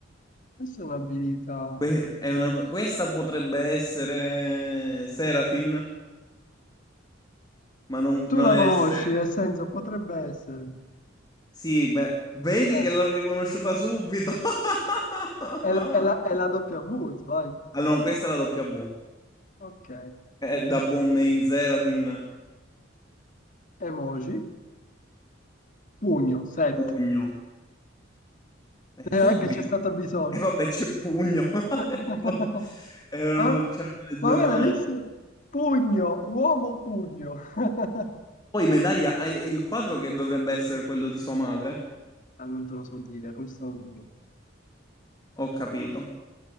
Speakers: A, on the left (about 45°); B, on the left (about 20°).
A: Questa è un'abilità.
B: Que- è una- questa potrebbe essere Serafin, ma non, non
A: Tu la
B: è...
A: conosci,
B: Se-
A: nel senso potrebbe essere.
B: sì, beh, vedi
A: Eh,
B: che l'ho riconosciuta subito. <laughs>
A: è la, è la- è la doppia W, vai.
B: Allora, no, questa è la W.
A: Ok.
B: Eh, da buon Main Serafin,
A: Emoji, pugno, set.
B: pugno. Eh,
A: Neanche
B: subito.
A: c'è stato bisogno.
B: E vabbè, c'è pugno.
A: <laughs>
B: <laughs> Erano-
A: Vabbè,
B: c'erano le due
A: vabbè,
B: mani.
A: l'hai visto? Pugno, uomo pugno. <laughs>
B: Poi medaglia, hai il quadro che dovrebbe essere quello di sua madre?
A: Ah, non te lo so dire, questo... non lo so.
B: Ho capito.